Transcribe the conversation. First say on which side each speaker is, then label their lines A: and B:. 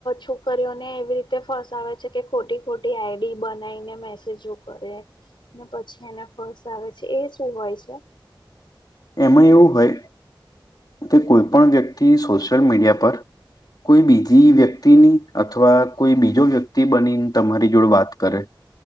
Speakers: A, on the left (about 65°); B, on the left (about 50°).
A: છોકરીઓને એવી રીતે ફસાવે છે કે ખોટી ખોટી આઈડી બનાય ને મેસેજો કરે ને પછી એને ફસાવે છે એ શું હોય છે?
B: એમાં એવું હોય કે કોઈ પણ વ્યક્તિ સોશિયલ મીડિયા પર કોઈ બીજી વ્યક્તિની અથવા કોઈ બીજો વ્યક્તિ બનીને તમારી જોડે વાત કરે